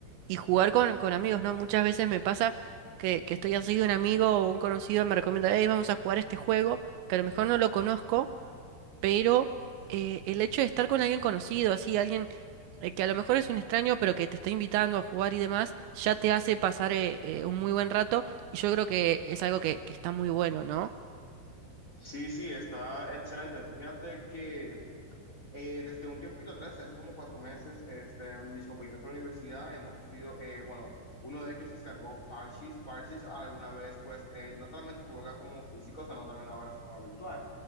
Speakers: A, on the right (about 80°); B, on the left (about 20°).
A: y jugar con, con amigos, ¿no? Muchas veces me pasa que, que estoy así, un amigo o un conocido me recomienda, hey, vamos a jugar este juego, que a lo mejor no lo conozco. pero eh, el hecho de estar con alguien conocido, así, alguien eh, que a lo mejor es un extraño, pero que te está invitando a jugar y demás, ya te hace pasar eh, eh, un muy buen rato y yo creo que es algo que, que está muy bueno, ¿no?
B: Sí, sí, está excelente. Fíjate que... Eh, desde un tiempito atrás, de hace como cuatro meses, este, mis compañeros de la universidad hemos decidido, eh, bueno, uno de ellos se descargó Parchis. Parchis alguna vez, pues, eh, no solamente se juega como físico, sino también ahora se juega virtual.